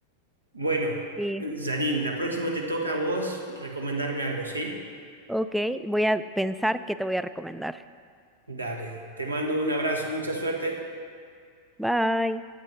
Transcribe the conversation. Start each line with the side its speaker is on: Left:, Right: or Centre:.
Right: Bueno,
Centre: Sí.
Right: Janine, la próxima te toca a vos recomendarme algo, ¿sí?
Centre: Ok, voy a pensar qué te voy a recomendar.
Right: Dale, te mando un abrazo, mucha suerte.
Centre: Bye.